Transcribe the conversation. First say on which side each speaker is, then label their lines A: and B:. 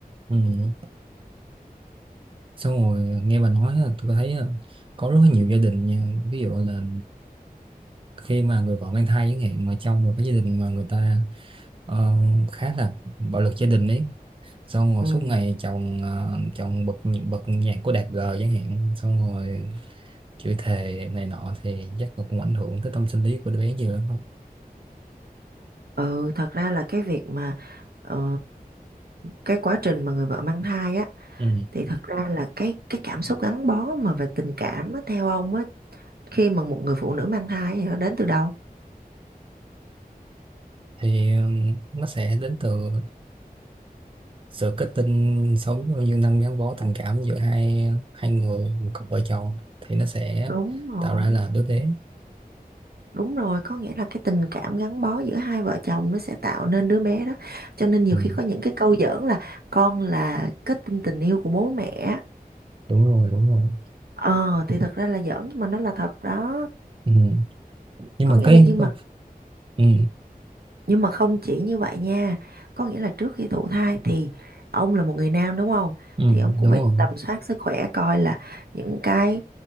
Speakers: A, on the right (about 35°); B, on the right (about 80°).
A: ừ. xong rồi ờ, nghe bà nói là tôi thấy á, có rất là nhiều gia đình nha ví dụ là khi mà người vợ mang thai chẳng hạn mà trong một cái gia đình mà người ta ờ, khá là bạo lực gia đình ấy xong rồi
B: ừ
A: suốt ngày chồng ờ, chồng bật bật nhạc của Đạt G chẳng hạn xong rồi chửi thề này nọ thì chắc là cũng ảnh hưởng tới tâm sinh lý của đứa bé nhiều lắm không
B: ừ thật ra là cái việc mà ờ, cái quá trình mà người vợ mang thai á
A: ừ.
B: thì thật ra là cái cái cảm xúc gắn bó mà về tình cảm á, theo ông á khi mà một người phụ nữ mang thai thì nó đến từ đâu
A: thì ừm, nó sẽ đến từ sự kết tinh sâu như năng gắn bó tình cảm giữa hai hai người một cặp vợ chồng thì nó sẽ
B: Đúng rồi,
A: tạo ra là đứa bé
B: đúng rồi, có nghĩa là cái tình cảm gắn bó giữa hai vợ chồng nó sẽ tạo nên đứa bé đó. Cho nên nhiều
A: ừ,
B: khi có những cái câu giỡn là con là kết tinh tình yêu của bố mẹ.
A: đúng rồi đúng rồi
B: Ờ thì thật ra là giỡn nhưng mà nó là thật đó.
A: ừ. nhưng
B: Có
A: mà
B: nghĩa
A: cái
B: là nhưng mà
A: ừ,
B: nhưng mà không chỉ như vậy nha. Có nghĩa là trước khi thụ thai thì ông là một người nam đúng không?
A: ừ,
B: Thì ông cũng
A: đúng
B: phải
A: rồi
B: tầm soát sức khỏe coi là những cái